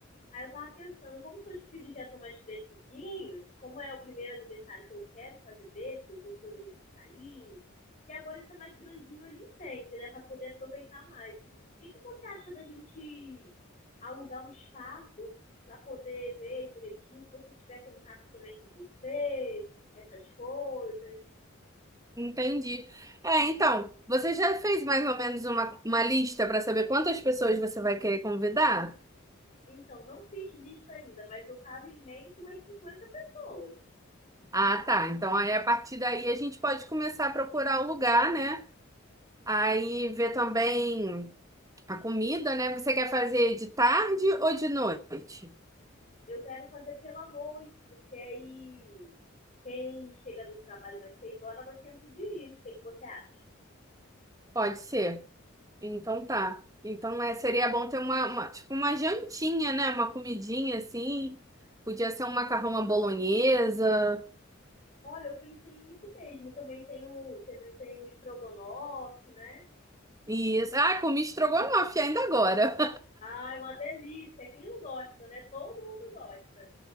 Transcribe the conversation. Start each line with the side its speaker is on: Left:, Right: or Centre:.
Left: Aí eu tava pensando, como seus filhos já estão mais crescidinhos, como é o primeiro aniversário que eu quero fazer dele, porque os outros eu levei pra sair, e agora ele tá mais grandinho, ele entende, né, pra poder aproveitar mais. O que que você acha da gente alugar um espaço pra poder ver direitinho, se você tiver contato também de buffet, essas coisas?
Right: Entendi. É, então, você já fez mais ou menos uma, uma lista para saber quantas pessoas você vai querer convidar?
Left: Então, não fiz lista ainda, mas eu tava em mente umas 50 pessoas.
Right: Ah, tá. Então aí a partir daí a gente pode começar a procurar o lugar, né? Aí ver também a comida, né? Você quer fazer de tarde ou de noite?
Left: Eu quero fazer pela noite, porque aí quem chega do trabalho mais seis horas dá tempo de ir. O que, que você acha?
Right: Pode ser. Então tá. Então é, seria bom ter uma, uma- tipo uma jantinha, né? Uma comidinha assim. Podia ser um macarrão à bolonhesa.
Left: Olha, eu pensei nisso mesmo. Também tem o, também tem o estrogonofe, né?
Right: Isso. Ah, comi estrogonofe ainda agora.
Left: Ai, uma delícia. Quem não gosta, né? Todo mundo gosta.